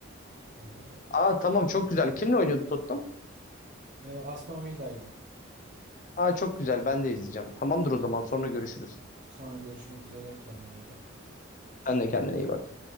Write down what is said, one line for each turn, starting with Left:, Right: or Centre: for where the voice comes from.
Right: Ee,
Left: Aa tamam çok güzel. Kimle oynuyordu Tottenham?
Right: e, Aston Villa ile.
Left: Aa çok güzel. Ben de izleyeceğim. Tamamdır o zaman sonra görüşürüz.
Right: Sonra görüşmek üzere. Kendine iyi bak.
Left: Sen de kendine iyi bak.